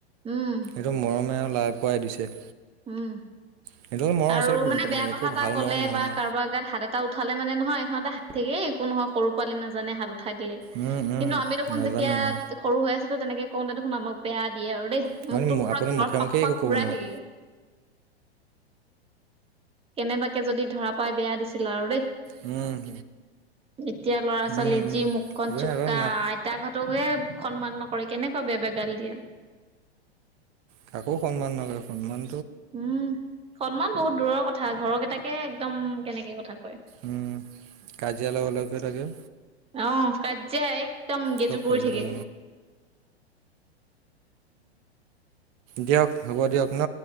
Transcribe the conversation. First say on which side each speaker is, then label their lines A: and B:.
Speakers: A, on the right; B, on the right.
A: উম
B: কি মৰমে লাই পোৱাই দিছে।
A: উম।
B: সেইটো মৰম
A: আৰু
B: আচলতে
A: মানে বেয়া
B: একো
A: কথা এটা
B: ভাল
A: কলে
B: মৰম নহয়
A: বা কাৰোবাৰ গাত হাত এটা উঠালে মানে নহয় সিহঁতে থাকে একো নহয় সৰু পোৱালি নাজানে হা উঠাই দিলে
B: উম উম
A: কিন্তু আমি দেখোন
B: নাজানে
A: যেতিয়া
B: অ
A: সৰু হৈ আছিলো তেনেকে কওঁতে দেখোন আমাক বেয়া দিয়ে আৰু দেই
B: আপুনি
A: মোক তোক পুৰা
B: আপুনি
A: ঘৰৰ
B: মুখে
A: পাক
B: মুখে একো
A: পাক
B: ক'ব
A: ঘূৰাই
B: নোৱাৰে
A: থাকে কেনেবাকে যদি ধৰা পাই বেয়া দিছিল আৰু দেই
B: উম।
A: এতিয়া লৰা ছোৱালী
B: উম
A: যি
B: উম
A: মুখখন
B: আপুনি
A: চুকা
B: আগৰ মা
A: আইতা হতকে সন্মান নকৰে কেনেকুৱা বেয়া বেয়া গালি দিয়ে
B: কাকো সন্মান নালয় সন্মান
A: উম সন্মান বহুত দূৰৰ কথা ঘৰ কেইটাকে একদম কেনেকে কথা কয়
B: উম কাজিয়া লগাও লগাও কৰে থাকে
A: অহ কাজিয়া একদম গেজু
B: চব
A: কৰি
B: কাজিয়া
A: থাকে।
B: লগ দিয়ক হ'ব দিয়ক ন